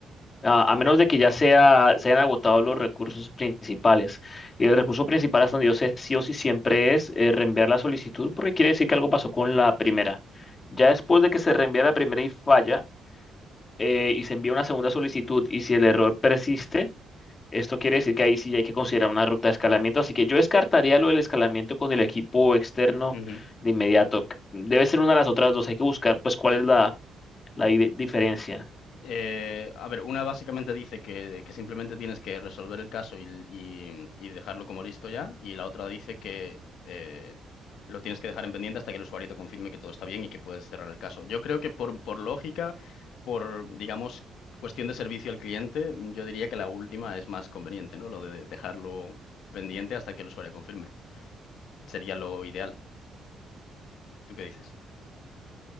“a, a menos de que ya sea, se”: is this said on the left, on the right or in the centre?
Left